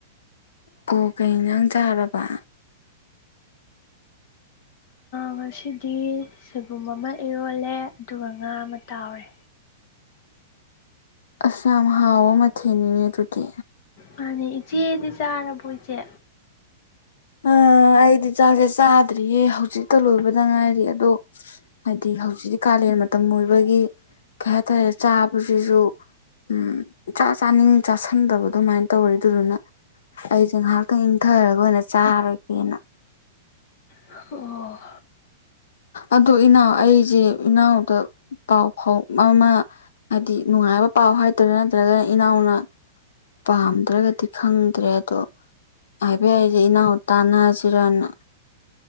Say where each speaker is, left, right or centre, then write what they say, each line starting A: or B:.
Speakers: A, on the left; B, on the left.
A: ꯀꯣ ꯀꯩ ꯅꯪ ꯆꯥꯔꯕ
B: ꯉꯁꯤꯗꯤ ꯁꯣꯏꯕꯨꯝ ꯑꯃ ꯏꯔꯣꯜꯂꯦ ꯑꯗꯨꯒ ꯉꯥ ꯑꯃ ꯇꯥꯎꯔꯦ
A: ꯑꯁ ꯌꯥꯝ ꯍꯥꯎ ꯑꯃ ꯊꯦꯡꯅꯤꯡꯉꯦ ꯑꯗꯨꯗꯤ
B: ꯃꯥꯅꯦ ꯏꯆꯦꯗꯤ ꯆꯥꯔꯕꯣ ꯏꯆꯦ
A: ꯑ ꯑꯩꯗꯤ ꯆꯥꯛꯁꯦ ꯆꯥꯗ꯭ꯔꯤꯌꯦ ꯍꯧꯖꯤꯛꯇ ꯂꯣꯏꯕꯗ ꯉꯥꯏꯔꯤ ꯑꯗꯣ ꯍꯥꯏꯗꯤ ꯍꯧꯖꯤꯛꯇꯤ ꯀꯥꯂꯦꯟ ꯃꯇꯝ ꯑꯣꯏꯕꯒꯤ ꯀꯩ ꯍꯥꯏꯇꯥꯔꯦ ꯆꯥꯕꯁꯤꯁꯨ ꯎꯝ ꯏꯆꯥ ꯆꯥꯅꯤꯡ ꯆꯥꯁꯟꯗꯕ ꯑꯗꯨꯃꯥꯏꯅ ꯇꯧꯔꯦ ꯑꯗꯨꯗꯨꯅ ꯑꯩꯁꯦ ꯉꯥꯏꯍꯥꯛꯇꯪ ꯏꯪꯊꯔꯒ ꯑꯣꯏꯅ ꯆꯥꯔꯒꯦꯅ
B: ꯑꯣ
A: ꯑꯗꯨ ꯏꯅꯥꯎ ꯑꯩꯁꯦ ꯏꯅꯥꯎꯗ ꯄꯥꯎ ꯐꯥꯎ ꯑꯃ ꯍꯥꯏꯗꯤ ꯅꯨꯡꯉꯥꯏꯕ ꯄꯥꯎ ꯍꯥꯏꯇꯥꯔꯥ ꯅꯠꯇ꯭ꯔꯒꯅ ꯏꯅꯥꯎꯅ ꯄꯥꯝꯗ꯭ꯔꯒꯗꯤ ꯈꯪꯗ꯭ꯔꯦ ꯑꯗꯣ ꯍꯥꯏꯕ ꯌꯥꯏꯁꯦ ꯏꯅꯥꯎ ꯇꯥꯟꯅꯁꯤꯔꯅ